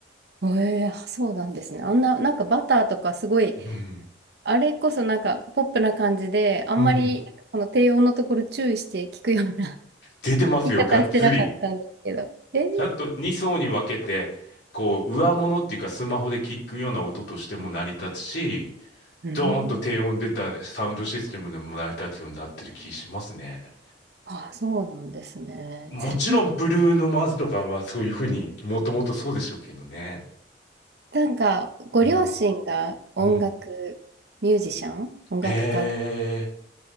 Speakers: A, on the right; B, on the left.
A: えそうなんですね。あんな、なんかバターとかすごい、
B: うん、
A: あれこそなんかポップな感じで、あんまりなんかこの低音のところ注意して聞くような
B: うん。出てますよ、
A: 聞き方してなかったんですけど。
B: がっつり。
A: えー、
B: ちゃんと2層に分けて、こう、上物っていうかスマホで聞くような音としても成り立つし、
A: うん。
B: ドーンと低音出たサウンドシステムでも成り立つようになってる気しますね。
A: あ、そうなんですね。
B: もちろん、
A: 全然。
B: ブルーノ・マーズとかはそういうふうにもともとそうでしょうけどね。
A: なんか、ご両親が音楽ミュージシャン、
B: うん、うん。
A: 音楽家で、
B: え